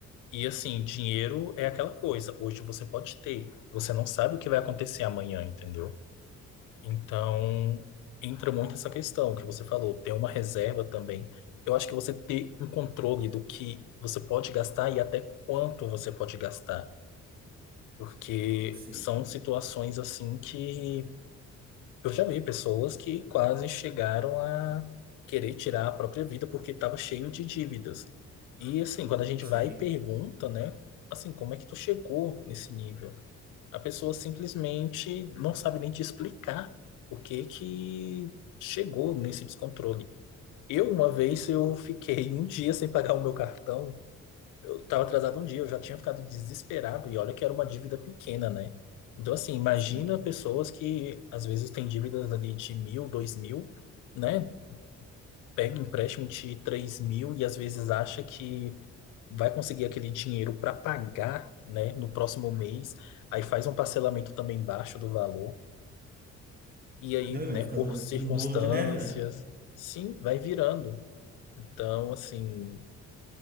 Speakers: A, on the left; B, on the right.
A: E assim, dinheiro é aquela coisa, hoje você pode ter, você não sabe o que vai acontecer amanhã, entendeu? Então, entra muito essa questão que você falou, ter uma reserva também. Eu acho que você ter um controle do que você pode gastar e até quanto você pode gastar, porque
B: Sim,
A: são situações assim que eu já vi pessoas que quase chegaram a querer tirar a própria vida porque estava cheio de dívidas. E assim, quando a gente
B: sim,
A: vai e pergunta, né, assim, como é que tu chegou nesse nível? A pessoa simplesmente não sabe nem te explicar o que que chegou nesse descontrole. Eu, uma vez, eu fiquei um dia sem pagar o meu cartão. Eu estava atrasado um dia, eu já tinha ficado desesperado e olha que era uma dívida pequena, né? Então, assim, imagina
B: sim.
A: pessoas que às vezes têm dívidas ali de mil, dois mil, né? Pega um empréstimo de três mil e às vezes acha que vai conseguir aquele dinheiro para pagar, né, no próximo mês, aí faz um parcelamento também baixo do valor, e aí,
B: Não, e vai
A: né,
B: ficando
A: por circunstâncias,
B: um bolo de neve, né?
A: sim, vai virando. Então, assim,